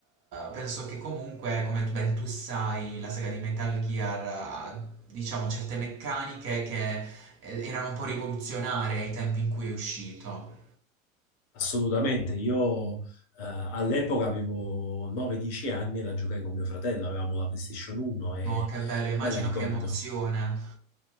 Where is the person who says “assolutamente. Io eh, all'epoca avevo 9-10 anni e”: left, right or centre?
Left